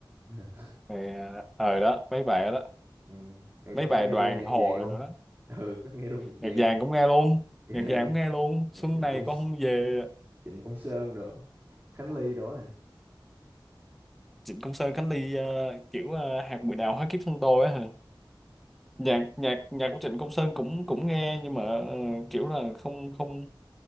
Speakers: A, on the right; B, in the centre.
A: <laughs>
B: rồi ờ, ờ, đó mấy bài đó
A: Ừ. Rồi
B: mấy
A: Có
B: bài
A: nghe
B: đoàn
A: luôn nhạc
B: hội
A: vàng không?
B: rồi đó
A: Ừ, có nghe luôn nhạc vàng
B: nhạc vàng
A: không?
B: cũng nghe luôn
A: Ghê.
B: nhạc vàng cũng nghe luôn
A: Nhạc
B: xuân
A: Trịnh
B: này
A: Công
B: con không về
A: Trịnh Công Sơn đó, Khánh Ly đó hả?
B: Trịnh Công Sơn Khánh Ly ờ, kiểu ờ, hạt mười nào hóa kiếp thân tôi á hả nhạc nhạc nhạc của Trịnh Công Sơn cũng cũng nghe nhưng mà ờ, kiểu là không không